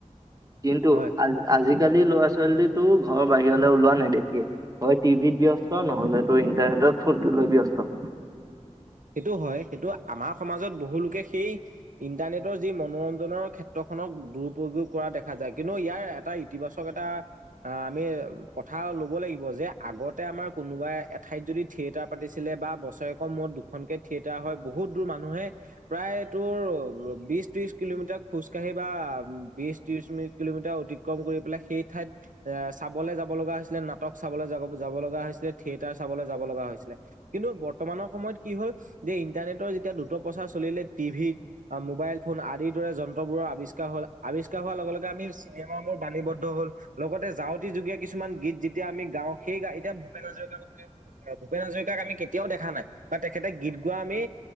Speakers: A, on the right; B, on the right.
A: কিন্তু
B: হয়
A: আজি-আজি আজিকালি ল'ৰা-ছোৱালী তো ঘৰ বাহিৰলৈ ওলোৱা নাইদেখি হয় টিভিত ব্যস্ত নহলে তো ইন্টাৰনেট, ত ফোনক লৈ ব্যস্ত।
B: সেইটো হয় সেইটো আমাৰ সমাজত বহুলোকে সেই ইন্টাৰনেটৰ যি মনোৰঞ্জ ক্ষেত্ৰখনক দুপয়োগ কৰা দেখা যায় কিন্তু ইয়াৰ এটা ইতিবাচক এটা আমি কথা ল'ব লাগিব যে আগতে আমাৰ কোনোবাই এঠাইত যদি থিয়েটাৰ পাতিছিল বা বছৰেকৰ মূৰত দুখনকে থিয়েটাৰ হয় বহুত দূৰ মানুহ মানে প্ৰায় তোৰ বিচ-ত্ৰিচ কিলোমিটাৰ খোজকাঢ়ি বা বিচ-ত্ৰিচ মিট কিলোমিটাৰ অতিক্ৰম কৰি পেলাই সেই ঠাইত চাবলৈ যাব লগা হৈছিলে নাটক চাবলৈ যাব যাব লগা হৈছিলে, থিয়েটাৰ চাবলৈ যাব লগা হৈছিলে কিন্তু বৰ তমানৰ সময়ত, কি হ'ল যে ইন্টাৰনেটৰ যেতিয়া দ্ৰুত প্ৰচাৰ চলিলে টি ভি মোবাইল ফোন আদিৰ দৰে যন্ত্ৰবোৰৰ আৱি ষ্কাৰ হল আৱিষ্কাৰ হোৱাৰ লগে-লগে আমি চিনেম মোৰ বাণীবদ্ধ হ'ল লগতে যাউ যুগীয়া কিছুমান গীত যেতিয়া আমি গাওঁ সেই এতিয়া ভূপেন হাজৰিকাৰ কথা ক'ব পাৰো ভূপেন হাজৰিকাক আমি কেতিয়াও দেখা নাই। বা তেখেতে গীত গোৱা আমি